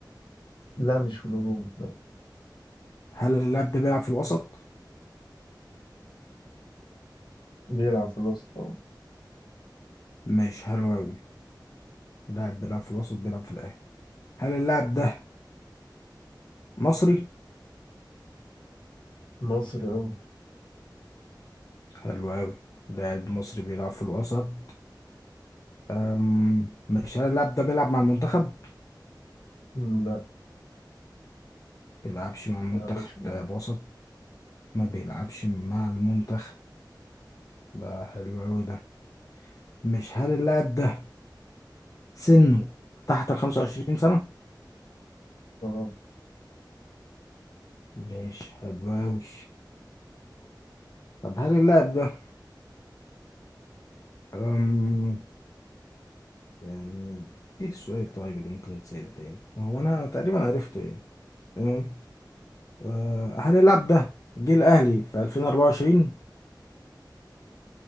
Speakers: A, on the left; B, on the left.
A: لا مش في الهجوم لا
B: هل اللاعب ده بيلعب في الوسط؟
A: بيلعب في الوسط اه
B: ماشي حلو أوي لاعب بيلعب في الوسط بيلعب في الأهلي هل اللاعب ده مصري؟
A: مصري اه
B: حلو أوي لاعب مصري بيلعب في الوسط أم، ماشي هل اللاعب ده بيلعب مع المنتخب؟
A: مم، لا
B: بيلعبش مع المنتخب
A: لا مش مصري.
B: لاعب وسط ما بيلعبش مع المنتخب ده حلو أوي ده مش هل اللاعب ده سنه تحت ال 25 سنة؟
A: اه
B: ماشي حلو أوي طب هل اللاعب ده أم، يعني ايه السؤال طيب اللي ممكن يتسأل تاني؟ هو أنا تقريبا عرفته يعني. تمام آه، هنلعب ده جه الأهلي في 2024